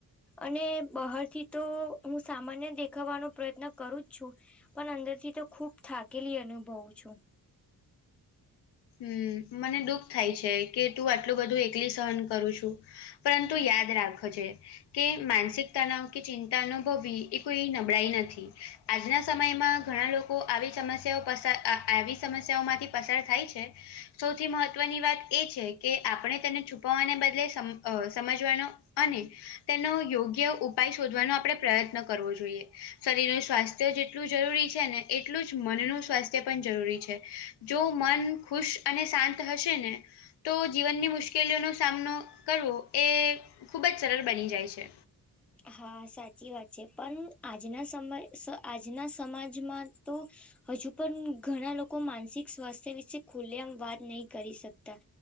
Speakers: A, in the centre; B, on the left (about 85°).
A: અને બહારથી તો હું સામાન્ય દેખાવાનો પ્રયત્ન કરું જ છું. પણ અંદરથી તો ખૂબ થાકેલી અનુભવું છું.
B: હમ્મ, મને દુઃખ થાય છે કે તું આટલું બધું એકલી સહન કરું છું. પરંતુ યાદ રાખજે કે માનસિક તનાવ કે ચિંતા અનુભવી એ કોઈ નબળાઈ નથી. આજના સમયમાં ઘણા લોકો આવી સમસ્યાઓ પસા આવી સમસ્યાઓમાંથી પસાર થાય છે. સૌથી મહત્વની વાત એ છે કે આપણે તેને છુપાવવાને બદલે સમ અહ સમજવાનો અને તેનો યોગ્ય ઉપાય શોધવાનો આપણે પ્રયત્ન કરવો જોઈએ. શરીરનું સ્વાસ્થ્ય જેટલું જરૂરી છે ને એટલું જ મનનું સ્વાસ્થ્ય પણ જરૂરી છે. જો મન ખુશ અને શાંત હશેને તો જીવનની મુશ્કેલીઓનો સામનો કરવો એ ખૂબ જ સરળ બની જાય છે.
A: હા, સાચી વાત છે પણ આજના સમય આજના સમાજમાં તો હજુ પણ ઘણા લોકો માનસિક સ્વાસ્થ્ય વિશે ખુલેઆમ વાત નહી કરી શકતા.